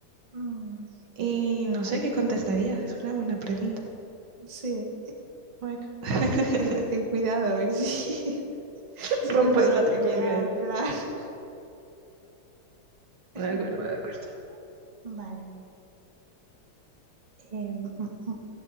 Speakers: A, on the right; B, on the right.
A: Mm,
B: Y no sé qué contestaría, es una buena pregunta.
A: sí.
B: Bueno, <laughs>
A: Ten, cu- ten cuidado a ver si, <laughs> si
B: rompo
A: nos vais
B: el matrimonio
A: a pelear,
B: ahí.
A: claro. <laughs>
B: De acuerdo,
A: Mm,
B: de acuerdo.
A: Vale. Eh, mm, mm,